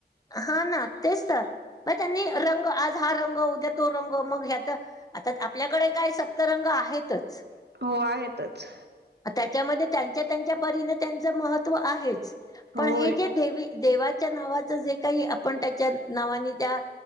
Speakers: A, on the left; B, on the right.
A: हा ना तेच तर मग रंग आज हा रंग उद्या तो मग ह्यात आता आपल्याकडे काय सप्तरंग आहेतच.
B: हो आहेतच.
A: त्याच्यामध्ये त्यांच्या त्यांच्या परीने त्यांच महत्व आहेच
B: होय
A: पण हे जे देवी. देवाच्या नावाचं जे काही आपण त्याच्या नावाने त्या.